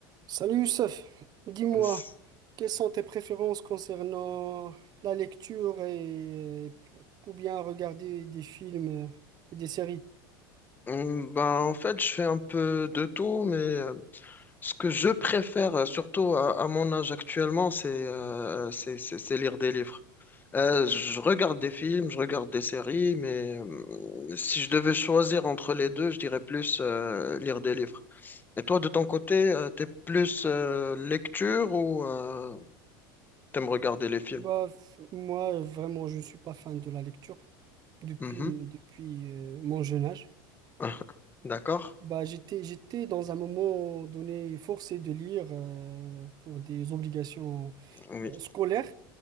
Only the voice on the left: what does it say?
S-
Hmm, Ben, en fait, je fais un peu de tout, mais euh, ce que je préfère, euh, surtout à, à mon âge actuellement, c'est euh, c'est c'est- c'est lire des livres. Euh, je regarde des films, je regarde des séries, mais euh, si je devais choisir entre les deux, je dirais plus euh, lire des livres. Et toi, de ton côté, euh, t'es plus euh, lecture ou euh, t'aimes regarder les films?
Mhm.
<laughs> D'accord?
Oui,